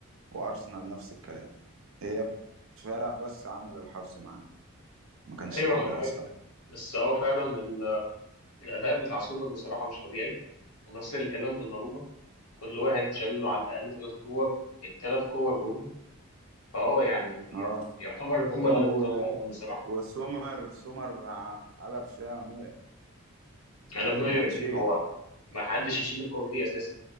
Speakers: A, on the right; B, on the left.
A: وارسنال نفس الكلام هي فرق بس عمل الحظ معانا ما كانش
B: ايوه
A: كويس
B: انا معاك
A: قوي
B: بس هو فعلا ال- الاداء بتاع سوبر بصراحه مش طبيعي ونفس الكلام دوناروما كل واحد شال له على الاقل ثلاث كور الثلاث كور جون فاه يعني
A: اه
B: يعتبر هما
A: لا
B: اللي مطلعينهم
A: و-
B: بصراحه
A: وسومر سومر ع- قلب فيها نوير
B: يعني
A: في
B: ده من
A: الماتشين
B: غير ايه هو ما حدش يشيل الكور دي اساسا